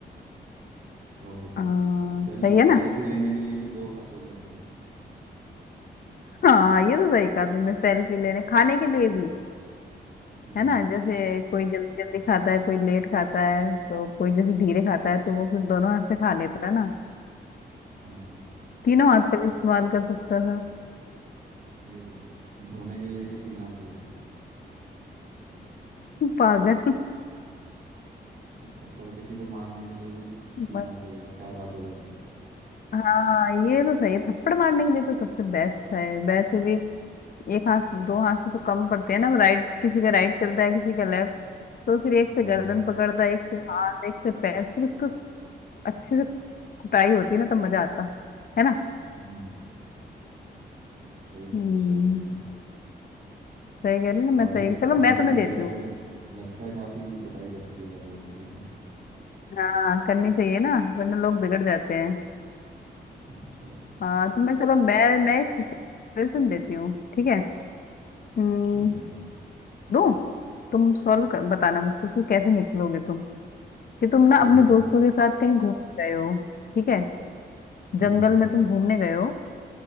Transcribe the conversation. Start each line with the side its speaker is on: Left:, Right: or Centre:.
Right: और बताओ
Left: हाँ,
Right: सेल्फ
Left: सही है
Right: सेल्फी
Left: ना
Right: लेने के लिए भी दो हाथ हो जाते
Left: हाँ ये तो सही कहा तुमने सेल्फी लेने खाने के लिए भी
Right: हम्म
Left: है ना जैसे कोई जल्दी जल्दी खाता है कोई लेट खाता है तो कोई जैसे धीरे खाता है तो वो फिर दोनों हाथ से खा लेता है ना
Right: हाँ
Left: तीनों हाथ का भी इस्तेमाल कर सकता था
Right: सही बात है धोने के लिए भी तीन हाथ हो जाते
Left: <laughs> पागल
Right: या थप्पड़ किसी को मारने के लिए भी तीन
Left: मत-
Right: हाथ हो जाते चार हाथ हो जाते
Left: हाँ ये तो सही है थप्पड़ मारने के लिए तो सबसे बेस्ट है वैसे भी एक हाथ दो हाथ से तो कम पड़ते हैं ना राइट किसी का राइट चलता है किसी का लेफ्ट तो फिर एक
Right: हम्म
Left: से गर्दन पकड़ता है एक से हाथ एक से पैर फिर उसको अच्छे से कुटाई होती है ना तब मजा आता है ना
Right: हम्म सही कह
Left: हम्म
Right: रहे हो सही कह रहे हो
Left: सही कह रही हूँ ना
Right: काफी
Left: मैं सही चलो
Right: काफी
Left: मैं तुम्हें
Right: इंटरेस्टेड
Left: देती हूँ
Right: लगता है काफी पिटाई करती हो आप लोगों की है ना
Left: हाँ करनी चाहिए ना वरना लोग बिगड़ जाते हैं
Right: अच्छा अच्छा
Left: हाँ तुम्हें चलो मैं मैं एक सिचुएशन देती हूँ ठीक है हम्म
Right: ठीक है
Left: दूँ तुम सॉल्व कर बताना मुझको उसको कैसे निकलोगे तुम कि तुम ना
Right: ठीक
Left: अपने
Right: है
Left: दोस्तों के साथ कहीं घूमने गए हो ठीक है
Right: हम्म
Left: जंगल में तुम घूमने गए हो